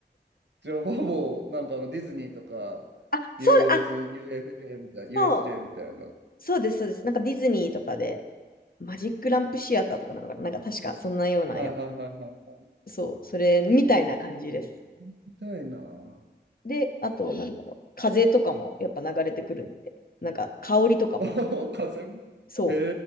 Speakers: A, on the right; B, on the left.
A: じゃあほぼ、なんかあのディズニーとか、
B: あ、そう、
A: US、
B: あ、
A: UFJ みたいな、USJ
B: そう、
A: みたいな。
B: そうです、そうです。なんかディズニーとかで、マジックランプシアターとかなのかななんか確かそんなようなや、
A: はいはいはいはいはい。
B: そう、それみたいな感じです。
A: え、行ってみたいな。
B: で、あと、なんだろう、風とかもやっぱ流れてくるんで、なんか香りとかも、
A: <laughs> お風邪
B: そ
A: へ